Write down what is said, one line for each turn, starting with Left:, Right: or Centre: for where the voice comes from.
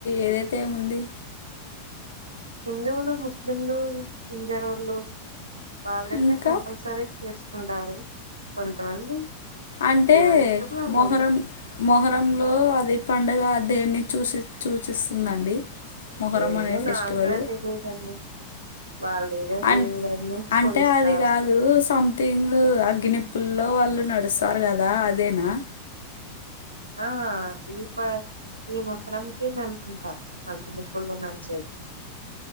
Left: ఏదైతే ఉంది
Right: హిందువులు ముస్లింలు పింజరోళ్ళు వాళ్ళైతే
Left: ఇంకా
Right: కంపల్సరీ చేసు కుంటారు కొంతమంది
Left: అంటే
Right: ఎవరిష్టం వాళ్ళది
Left: మొహరం మొహరంలో అది పండగ దేన్ని చూసి చూచిస్తుందండి మొహరమనే
Right: ఏమో
Left: ఫెస్టివల్
Right: నాకు కూడా తెలియదండి వాళ్ళు ఏదో
Left: అ
Right: దేవుడని
Left: అంటే
Right: కొలుస్తారు
Left: అది కాదు సం థింగ్ అగ్గినిప్పుల్లో వాళ్ళు నడుస్తారు కదా అదేనా
Right: ఆ ఇప ఈ మొహరాంకి అనుకుంటా అగ్గి నిప్పుల్లో నడిచేది